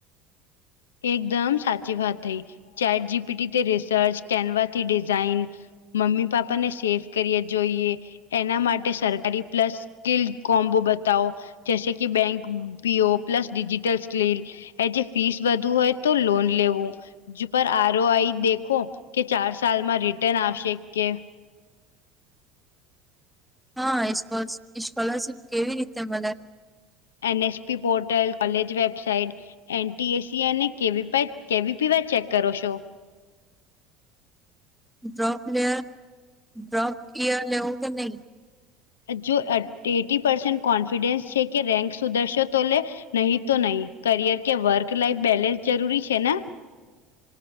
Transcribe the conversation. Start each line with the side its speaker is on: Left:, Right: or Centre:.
Left: એકદમ સાચી વાત થઈ. ચેટ જીપીટીથી રિસર્ચ, કેનવાથી ડિઝાઇન મમ્મી પાપા ને સેફ કરીએ જોઈએ એના માટે સરકારી પ્લસ, સ્કીલ કોમ્બો બતાવો. જૈસે કે bank P O plus digital skill એજે ફીસ વધુ હોય તો લોન લેવું. જ પર આરો આઈ દેખો કે ચાર સાલમાં રિટર્ન આવશે કે.
Centre: હા ઈ સપો સ્કોલરશિપ કેવી રીતે મલે.
Left: N S P portal, college website N T એસી અને કેવી પેક કેવી પીવા ચેક કરો છો.
Centre: ડ્રોપ લેયર, ડ્રોપ કિયર ને એવું બધું નય.
Left: જો એટ એટી પરસેન્ટ કોન્ફિડન્સ છે કે રેન્ક સુધરશે તો લે. નહીં તો નય. કરિયર કે વર્ક લાઈફ બેલેન્સ જરૂરી છે ને.